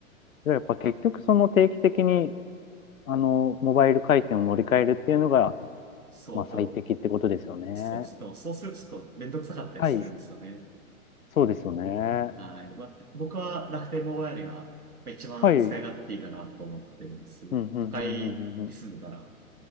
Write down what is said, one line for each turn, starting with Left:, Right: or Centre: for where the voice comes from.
Left: じゃあやっぱ結局その定期的に、あの、モバイル回線を乗り換えるっていうのが、
Right: そう、
Left: まあ最適ってことですよね。
Right: でも、そう、でもそうするとちょっとめんどくさかったりするんですよね。
Left: はい。そうですよね。
Right: はい。まあ、僕は楽天モバイルがまあ一番使い勝手いいかなと思ってるんです。
Left: はい。うん、うん、うん、
Right: 都会に住んでたら。
Left: うん、うん。